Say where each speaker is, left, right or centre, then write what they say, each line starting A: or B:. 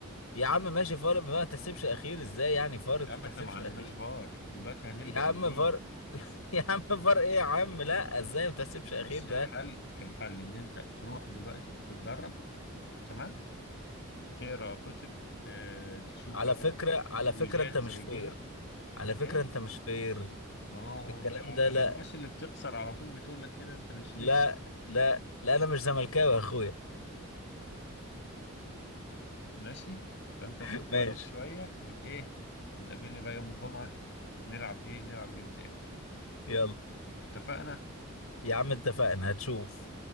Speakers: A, on the left; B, on the left.
A: يا عم ماشي فارق ما تحسبش الاخير ازاي يعني فارق
B: يا عم
A: ما تحسبش
B: احنا ما عندناش
A: الاخير
B: فار دلوقتي هنلجأ
A: يا عم
B: لمين
A: فارق <laughs> يا عم فارق ايه يا عم لا ازاي ما تحسبش
B: بص
A: الاخير ده
B: الحل الحل ان انت تروح دلوقتي تتدرب تمام تقرا كتب ت- تشوف
A: على
B: بقى
A: فكره على
B: تويجات
A: فكره انت مش
B: زي
A: فير
B: كده
A: على فكره
B: ايه
A: انت مش فير
B: ما هو
A: الكلام
B: ما
A: ده لا
B: الناس اللي بتخسر على طول بتقول لك كده انت مش فيا
A: لا لا لا انا مش زملكاوي يا اخويا
B: ماشي فانت
A: <laughs>
B: بتتدرب
A: ماشي
B: شوية وت ايه وتقابلني بقى يوم الجمعة نلعب ايه نلعب جيم تاني
A: يلا
B: اتفقنا
A: يا عم اتفقنا هتشوف